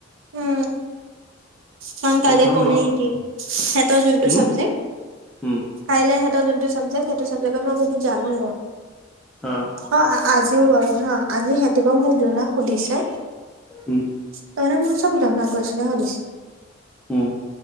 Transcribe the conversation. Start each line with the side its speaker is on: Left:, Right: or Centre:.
Right: উম কাৰণ, কাইলৈ
Centre: প্ৰথম
Right: কমিউনিটি
Centre: ল
Right: সিহঁতৰ যোনটো
Centre: উম,
Right: চাবজেক্ট
Centre: উম,
Right: কাইলে হেতৰ যোনটো চাবজেক্ট সেইটো চাবজেক্টত মই বহুত জানো!
Centre: আহ,
Right: অ', আ আজিও বাৰু হা আজি সিহঁতিবা মোক যোনা শুধিছে।
Centre: উম,
Right: কাইলে মই চব জনা কুৱেশ্বনে সুধিছি!
Centre: উম,